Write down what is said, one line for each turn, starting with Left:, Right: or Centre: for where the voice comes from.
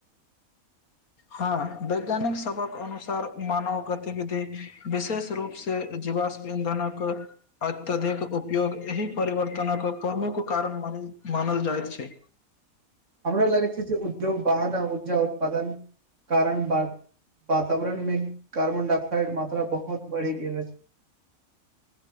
Left: हँ, वैज्ञानिक सबक अनस अनुसार मानव गतिविधि विशेष रूप से, जीवाश इंधनक अत्यधिक उपयोग एहि परिवर्तनक प्रमुख कारण मान मानल जाइत छै।
Right: हमरा लगै छै, जे उद्योग वाहन ऊर्जा उत्पादन कारण वातावरण मे कार्बन डाइऑक्साइड मात्रा बहुत बढ़ि गेल अछि।